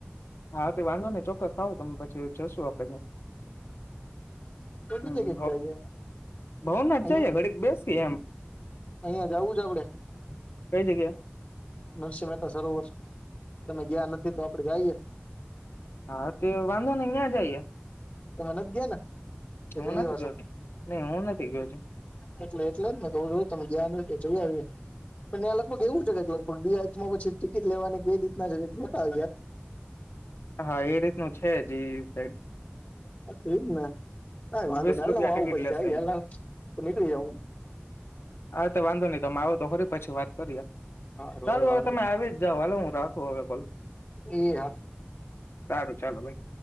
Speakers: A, on the left; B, on the left.
A: હા, તે વાંધો ને ચોક્કસ ખાવો તમે પછી જશું આપડે
B: એ બી
A: હમ
B: જગ્યા
A: ભવનાથ
B: અહિયા
A: જઈએ ઘડીક બેસી એમ
B: અહિયાં જવુ છે. આપડે
A: કઈ જગ્યા
B: નરસિહ મહેતા સરોવરષ તમે ગયા નથી તો આપડે જઈએ.
A: હા, તે વાંધો નને અ્યાં જાયએ
B: તમે નથી, ગયા ને એ જઈવા
A: હું નથી ગયો
B: છુ
A: નહી હું નથી ગયો છું
B: એટલે એટલે જ ને જો, તમે જયા ન કે જ આવીએ પણ ત્યાં લગભગ એવું છે, કે ગ દી હમા પછી ટિકિટ લેવાની કઈ રીતના છે. જોતા
A: હા, એ રીતનું છે, જ સાઈ
B: હ થ, એ જ ને હા, વાંધો
A: વીસ
B: ન
A: રૂપિયા
B: હ હ આવું
A: ટિકિટ
B: પછી
A: લેશે
B: જઈ,
A: અહિયાં
B: હ તો નીકળી જ હુ
A: હા, તો વાંધો નહી, તમે આવો તો ખરી પછી વાત કરી
B: હારું
A: સારુ
B: હાલ
A: હવે,
B: વાંધો
A: તમે આવી જ જાઓ હલે હુ રાખુ હવે કોલ
B: એ હ
A: સારું ચાલો ભાઈ